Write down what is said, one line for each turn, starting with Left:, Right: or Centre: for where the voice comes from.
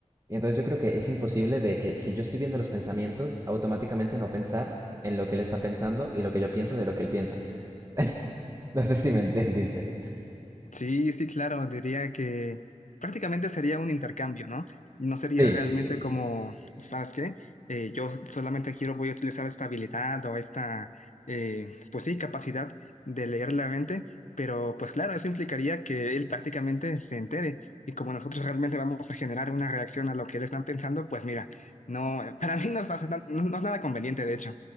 Right: y entonces yo creo que es imposible de que si yo estoy viendo los pensamientos, automáticamente no pensar en lo que él está pensando y lo que yo pienso de lo que él piensa. <laughs> No sé si me entendiste.
Left: Sí, sí, claro, diría que prácticamente sería un intercambio, ¿no? No sería
Right: Sí,
Left: realmente como, ¿sabes qué? Eh, yo solamente quiero, voy a utilizar esta habilidad o esta, eh, pues sí, capacidad de leer la mente, pero pues claro, eso implicaría que él prácticamente se entere y como nosotros realmente vamos a generar una reacción a lo que él está pensando, pues mira, no, <laughs> para mí no es, bastante- no no es nada conveniente, de hecho.